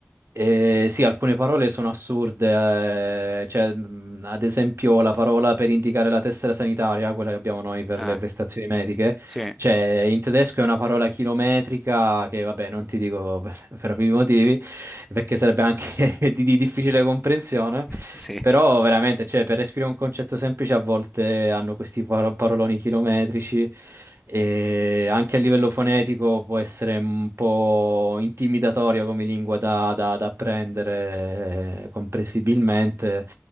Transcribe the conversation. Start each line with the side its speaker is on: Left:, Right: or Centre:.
Right: e sì, alcune parole sono assurde, eh, cioè, mh, ad esempio la parola per indicare la tessera sanitaria, quella che abbiamo noi per le
Centre: Eh,
Right: prestazioni mediche,
Centre: sì.
Right: cioè in tedesco è una parola chilometrica che vabbè non ti dico <laughs> per, per ovvi motivi perché sarebbe anche <laughs> di di difficile comprensione.
Centre: <laughs> Sì.
Right: Però veramente, cioè, per esprimere un concetto semplice a volte hanno questi paro- paroloni chilometrici e anche a livello fonetico può essere un po' intimidatorio come lingua da, da- da apprendere eh, comprensibilmente.